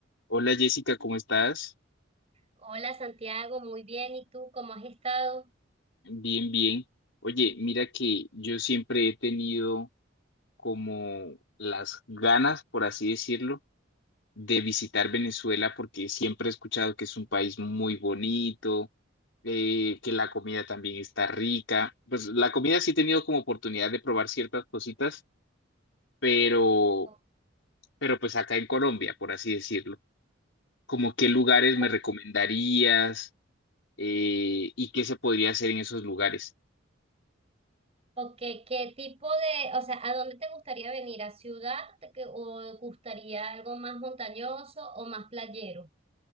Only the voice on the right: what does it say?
Hola Santiago, muy bien. ¿Y tú cómo has estado?
¿O,
o-
qué, qué tipo de, o sea, a dónde te gustaría venir? ¿A ciudad te que- o te gustaría algo más montañoso o más playero?